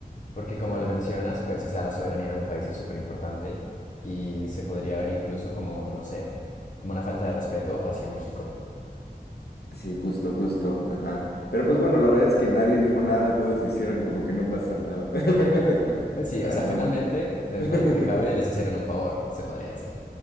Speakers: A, on the left (about 50°); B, on the left (about 80°).
A: Porque
B: Sí,
A: como lo mencionas, pues, o sea, la soberanía de un país es súper importante y se podría ver incluso como, no sé, como una falta de respeto hacia México.
B: sí, justo, justo, ajá. Pero pues bueno, la verdad es que nadie dijo nada, todos hicieron como que no pasó nada. <laughs>
A: Pues sí,
B: Para
A: o sea,
B: no.
A: finalmente, dentro
B: <laughs>
A: de lo que cabe, les hicieron un favor, se podría decir.